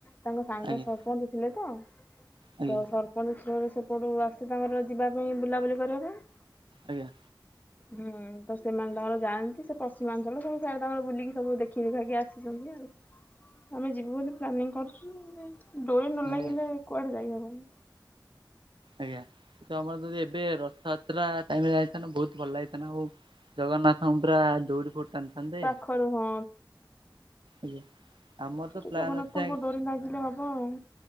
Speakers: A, on the left; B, on the right.
A: ତାଙ୍କ ସାଙ୍ଗ
B: ଆଜ୍ଞା
A: ସରପଞ୍ଚ ଥିଲେ ତ ତ
B: ଆଜ୍ଞା
A: ସର ପଞ୍ଚ ରୁ ସେପଟ ରୁ ଆସେ ତାଙ୍କର ଯିବା ପାଇଁ ବୁଲାବୁଲି କରିବା ପାଇଁ।
B: ଆଜ୍ଞା।
A: ହୁଁ ତ ସେମାନେ ତାଙ୍କର ଯାଆନ୍ତି ସେ ପଶ୍ଚିମାଞ୍ଚଳ ସବୁ ସେଆଡେ ତାଙ୍କର ବୁଲିକି ସବୁ ଦେଖି ଦେଖାକି ଆସିଛନ୍ତି ଆଉ। ଆମେ ଯିବୁ ବୋଲି ପ୍ଲାନିଂ କରୁଛୁ ଡୋରି
B: ଆଜ୍ଞା
A: ନ ଲାଗିଲେ କୁଆଡେ ଯାଇହବନି।
B: ଆଜ୍ଞା ତ ଆମର ଯଦି ଏବେ ର ଥ ଯାତ୍ରା ଟାଇମ ରେ ଯାଉଥାନ୍ତ ବହୁତ ଭଲ ଲାଗିଥାନ୍ତା ଆଉ ଜଗନ୍ନାଥଙ୍କୁ ପୁରା ଦୌଡି ଡି ଟାଣୁଥାନ୍ତେ
A: ପାଖରୁ ହଁ
B: ଆଜ୍ଞା। ଆମର
A: ସେ
B: ତ
A: ଟିକେ
B: ପ୍ଲାନ୍
A: ଜଗନ୍ନାଥଙ୍କ
B: ଅଛି ଆଜ୍ଞା
A: ଡୋରି ନାଗିଲେ ହବ ଆଉ।